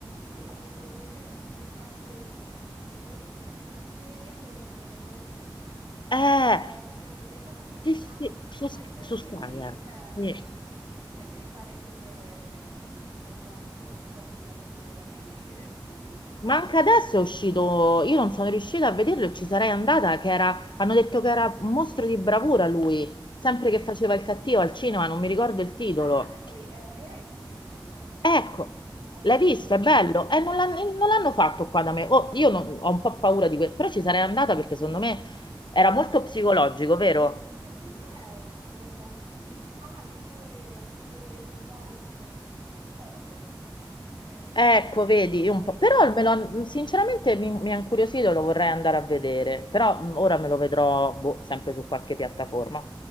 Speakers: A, on the right; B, on the left.
A: Io l'ho visto invece in, un- in veste di cattivo in una serie con eh, Nicole Kidman che facevano
B: eh,
A: la coppia, non mi ricordo come si
B: sì,
A: chiama,
B: sì, su,
A: ma in quel
B: su
A: film
B: Sky,
A: lì,
B: eh.
A: eh,
B: Sì.
A: invece di fare sempre appunto il belloccio un po' con l'occhio da pesce. <laughs>
B: Ma anche adesso è uscito, io non sono riuscita a vederlo e ci sarei andata, che era, hanno detto che era un mostro di bravura lui, sempre che faceva il cattivo al cinema, non mi ricordo il titolo.
A: Ah, eh sì, eh, Heretic, ho visto anche quello.
B: Ecco,
A: Ho visto
B: l'hai visto,
A: anche quello,
B: è bello.
A: sì.
B: E non l'han- non l'hanno fatto qua da me. Oh, io non- ho un po' paura di questo, però ci sarei andata perché secondo me era molto psicologico, vero?
A: Secondo me è un, un buon film. Ha alcune- alcuni elementi un po' un, è un horror, lo definirei.
B: Ecco, vedi, io
A: E...
B: un po'... però me lo- sinceramente mi, mi ha incuriosito, lo vorrei andare a vedere, però mh, ora me lo vedrò boh, sempre su qualche piattaforma.